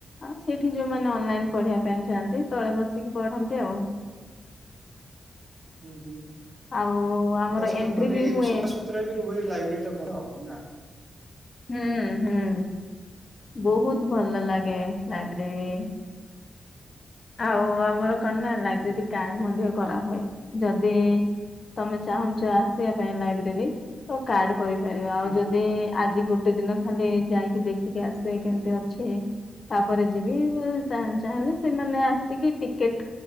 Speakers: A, on the left; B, on the right.
A: ଆଉ ସେଇଠି ଯୋଉମାନେ ଅନଲାଇନ ପଢିବା ପାଇଁ ଚାନ୍ତି ତଳେ ବସିକି ପଢନ୍ତି ଆଉ <unintelligible>
B: ହୁଁ ହୁଁ।
A: ଆଉ ଆମର
B: ତା ସ
A: ଏଣ୍ଟ୍ରି
B: ମାନେ
A: ବି ହୁଏ
B: ସଫାସତୁରା ବି ରୁହେ ଲାଇବ୍ରେରୀ ଟା ଭଲ ହଉ ନା
A: ହୁଁ ହୁଁ
B: ହୁଁ
A: ବହୁତ
B: ହୁଁ
A: ଭଲ ଲାଗେ ଲାଇବ୍ରେରୀ। ଆଉ ଆମର କଣ ନା ଲାଇବ୍ରେରୀ
B: ହୁଁ
A: କାର୍ଡ ମଧ୍ୟ କରା ହୁଏ ଯଦି ତମେ ଚାହୁଁଛ ଆସିବା ପାଇଁ ଲାଇବ୍ରେରୀ ତ କାର୍ଡ କରିପାରିବ ଆଉ
B: ହୁଁ
A: ଯଦି ଆଜି ଗୋଟେ ଦିନ ଖାଲି ଯାଇକି ଦେଖିକି ଆସେ କେମତି ଅଛି? ତାପରେ ଯିବି ଚାହିଁଲେ ସେମାନେ ଆସିକି ଟିକେଟ